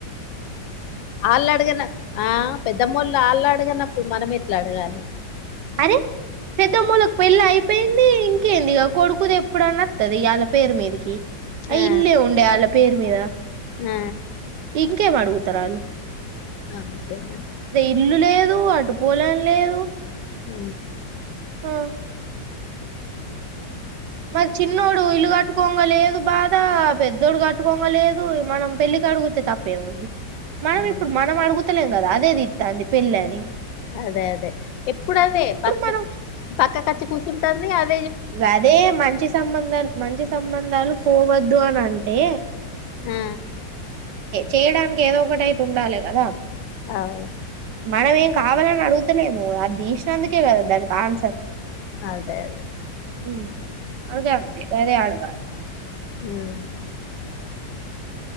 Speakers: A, on the left; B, on the right.
A: వాళ్ళు అడిగన ఆ పెద్దమ్మళ్ళు వాళ్ళు అడగనప్పుడు మనం ఎట్లా అడగాలి
B: అరే పెద్దమ్మల్లకి పెళ్లి అయిపోయింది ఇంకేంది ఇక కొడుకుది ఎప్పుడన్న వాత్తది వాళ్ళ పేరు మీదకి అ
A: ఆ
B: ఇల్లే ఉండే వాళ్ళ పేరు మీద
A: ఆ
B: ఇంకేం అడుగుతారు వాళ్ళు
A: అంతేనా
B: ఇల్లు లేదు అటు పోలం లేదు
A: అ
B: ఓ మరి చిన్నోడు ఇల్లు కట్ట్ కట్టుకోంగ లేదు బాధ పెద్దోడు కట్టుకోంగ లేదు మనం పెళ్ళికి అడుగుతే తప్పేముంది మనం
A: అవును
B: ఇప్పుడు మనం అడుగుతలేం కదా అదే దిత్తందీ పెళ్ళి అని
A: అదే అదే ఎప్పుడు అదే పక్కకు
B: మనం
A: పక్కకు కొచ్చి కూర్చుంటాంది అది
B: అదే మంచి సంబంధాలు మంచి సంబంధాలు చూడద్దు అని అంటే
A: ఆ
B: చేయడానికి ఏదో ఒకటైతే ఉండాలే కదా
A: అవును
B: మనం ఏం కావాలని అడుగుతలేము అది తీసినందుకే కదా దానికి ఆన్సర్
A: అదే అదే
B: హ్మ్ అది అంతే వారే ఆడుగా
A: ఉను